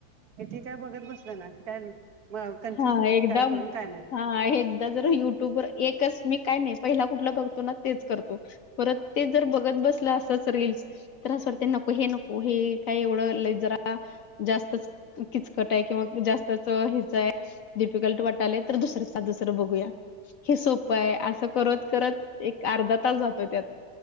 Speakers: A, on the right; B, on the left.
A: येतय काय बघत बसलं ना काय? कॅन्फुज
B: हा
A: होत,
B: एकदा
A: की काय करू आणि काय? नाही
B: हा एकदा जर युट्यूबवर एकच मी काय नाही, पहिला कुठला बघतो ना तेच करतो. परत ते जर बघत बसलं असंच रिल्स तर आस वाटतय, नको हे नको हे काही एवढं लई जरा जास्तच किचकट आहे किंवा जास्तच हे च हाय डिफिकल्ट वाटालय, तर दुसरंच साध सरळ बघूया हे सोपं हाय असं करत करत एक अर्धा तास जातो, त्यात